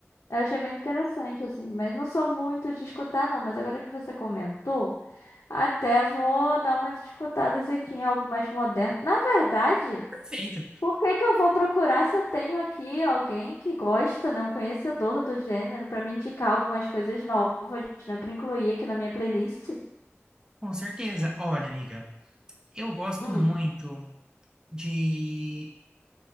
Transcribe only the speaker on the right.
Perfeito.
Com certeza. Olha, amiga, eu gosto
muito de